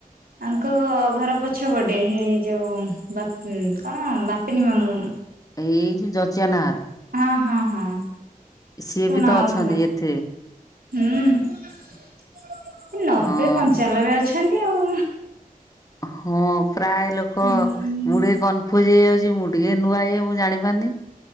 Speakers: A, on the right; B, on the left.
A: ତାଙ୍କ ଘର ପଛ ପଟେ ହେଇ ଯୋଉ ବାତ୍ ଉଁ କଣ ବାତେନୀ ମାମୁଁ।
B: ଏଇ ଯୋଉ ଜଚିଆ ନାଁ ଘର?
A: ହଁ ହଁ ହଁ।
B: ସିଏ
A: ଶୁଣା
B: ବି ତ
A: ହଉଥିଲା
B: ଅଛନ୍ତି ଏଥିଏ।
A: ହୁଁ ନବେ
B: ହଁ
A: ପଞ୍ଚାଲବେ ଅଛନ୍ ନ୍ତି ଆଉ।
B: ହଁ ପ୍ରାୟ ଲୋକ
A: ହୁଁ
B: ମୁଁ ଟିକେ କନଫୁଜ ହେଇଯାଉଚି। ମୁଁ ଟିକେ ନୂଆ ଇଏ ମୁଁ ଜାଣି ପାରୁନି।